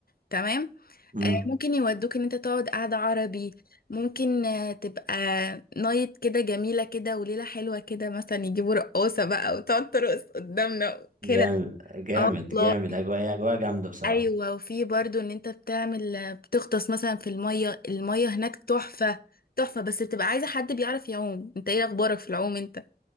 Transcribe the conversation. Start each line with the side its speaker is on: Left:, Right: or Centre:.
Left: تمام
Right: مم.
Left: آه، ممكن يودوك ان انت تقعد قعدة عربي ممكن آه، تبقى نايت كده جميلة كده وليلة حلوة كده مثلا يجيبوا رقاصة بقى وتقعد ترقص قدامنا كده
Right: جامد جامد
Left: اه والله
Right: جامد اجواء اجواء جامده بصراحه
Left: ايوه وفي برضو ان انت بتعمل بتغطس مثلا في الميه الميه هناك تحفه تحفه بس بتبقى عايزه حد بيعرف يعوم انت ايه اخبارك في العوم انت